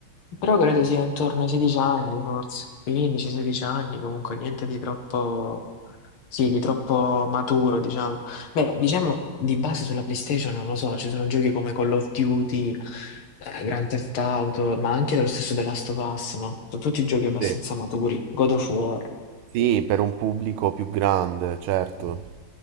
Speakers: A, on the left (about 85°); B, on the right (about 80°).
A: però credo sia intorno ai 16 anni, forse 15-16 anni, comunque niente di troppo, sì, di troppo maturo, diciamo. Beh, diciamo di base sulla PlayStation, non lo so, ci sono giochi come Call of Duty, eh, Grand Theft Auto, ma anche lo stesso The Last of Us, no? Sono tutti giochi abbastanza
B: Sì.
A: maturi, God of War.
B: Sì, per un pubblico più grande, certo.